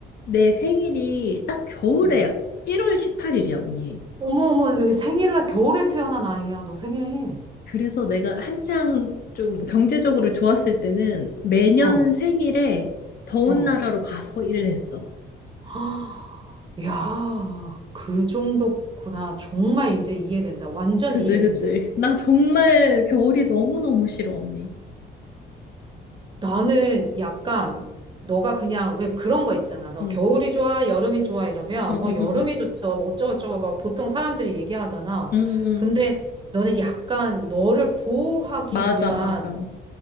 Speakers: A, on the left (about 55°); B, on the right (about 25°).
A: 내 생일이 딱 겨울에
B: 응.
A: 1월 18일이야, 언니.
B: 어머, 어머, 왜 생일날 겨울에 태어난 아이야? 너 생일.
A: 그래서 내가 한창 좀 경제적으로 좋았을 때는 매년
B: 어,
A: 생일에 더운
B: 어.
A: 나라로 가서 일을 했어.
B: <gasps> 헉, 야, 그 정도구나. 정말 이제 이해된다. 완전
A: 그지,
B: 이해된다.
A: 그지. 나 정말 겨울이 너무너무 싫어, 언니.
B: 나는 약간 너가 그냥 왜 그런 거 있잖아. 너
A: 응,
B: 겨울이 좋아, 여름이 좋아 이러면
A: 응, 응,
B: 뭐 여름이
A: 응, 응,
B: 좋죠. 뭐 어쩌고저쩌고 막 보통 사람들이 얘기하잖아.
A: 응. 응. 응.
B: 근데 너는 약간 너를 보호하기
A: 맞아,
B: 위한
A: 맞아.